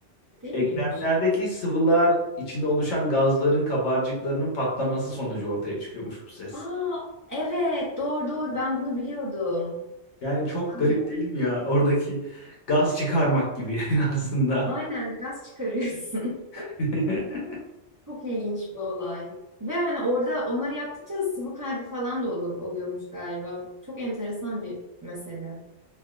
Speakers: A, on the right; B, on the left.
A: değil
B: Eklemlerdeki
A: miymiş?
B: sıvılar içinde oluşan gazların kabarcıklarının patlaması sonucu ortaya çıkıyormuş bu ses.
A: Aa evet doğru doğru ben bunu biliyordum.
B: Yani çok
A: Aynen.
B: garip değil mi ya? Oradaki gaz çıkarmak gibi yani <laughs> aslında.
A: Aynen gaz çıkarıyorsun.
B: <laughs>
A: <laughs> Çok ilginç bir olay. Ve hani orada onları yaptıkça sıvı kaybı falan da olu- oluyormuş galiba. Çok enteresan bir mesele.